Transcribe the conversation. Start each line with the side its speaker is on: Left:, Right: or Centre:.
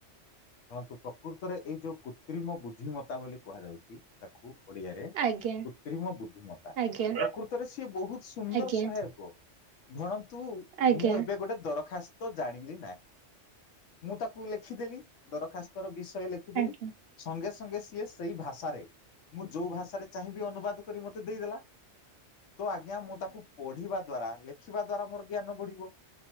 Left: ଶୁଣନ୍ତୁ ପ୍ରକୃତରେ ଏଇ ଯୋଉ କୃତ୍ରିମ ବୁଦ୍ଧିମତା ବୋଲି କୁହାଯାଉଚି ତାକୁ। ଓଡିଆରେ
Right: ଆଜ୍ଞା
Left: କୃତ୍ରିମ <inaudible> ବୁଦ୍ଧିମତା
Right: ଆଜ୍ଞା
Left: ପ୍ରକୃତରେ ସିଏ ବହୁତ ସୁନ୍ଦର
Right: ଆଜ୍ଞା
Left: ସହାୟକ। ଧର ତୁ
Right: ଆଜ୍ଞା
Left: ମୁଁ ଏବେ ଗୋଟେ ଦରଖାସ୍ତ ଜାଣିଲି ନାହିଁ। <inaudible> ମୁଁ ତାକୁ ଲେଖିଦେଲି। ଦରଖାସ୍ତର ବିଷୟ ଲେଖିଦେଲି
Right: ଆଜ୍ଞା
Left: ସଙ୍ଗେ ସ ସଙ୍ଗେ ସିଏ ସେଇ ଭାଷାରେ ମୁଁ ଯୋଉ ଭାଷାରେ ଚାହିଁବି ଅନୁବାଦ କରି ମତେ ଦେଇଦେଲା। ତ ଆଜ୍ଞା ମୁଁ ତାକୁ ପଢିବା ଦ୍ଵାରା ଲେ ଖିବା ଦ୍ଵାରା ମୋର ଜ୍ଞାନ ବଢିବ।